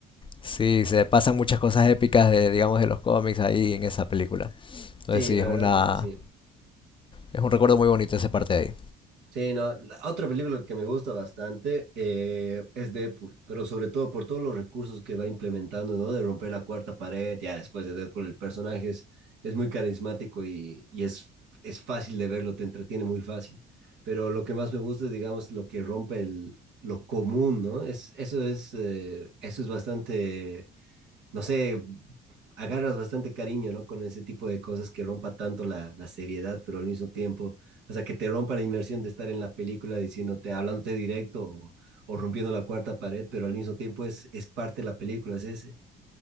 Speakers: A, on the left; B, on the right.
A: Sí, se pasan muchas cosas épicas de, digamos, de los cómics ahí en esa película. Entonces
B: Sí,
A: sí,
B: la
A: es
B: verdad
A: una,
B: es que sí.
A: es un recuerdo muy bonito esa parte de ahí.
B: Sí, no, la otra película que me gusta bastante eh, es Deadpool, pero sobre todo por todos los recursos que va implementando, ¿no? De romper la cuarta pared, ya después de Deadpool el personaje es, es muy carismático y, y es, es fácil de verlo, te entretiene muy fácil. Pero lo que más me gusta es, digamos, lo que rompe el, lo común, ¿no? Es, eso es, eh, eso es bastante no sé, agarras bastante cariño, ¿no? Con ese tipo de cosas que rompa tanto la, la seriedad, pero al mismo tiempo, o sea, que te rompa la inmersión de estar en la película diciéndote, hablándote directo o, o rompiendo la cuarta pared, pero al mismo tiempo es, es parte de la película. Es, ese.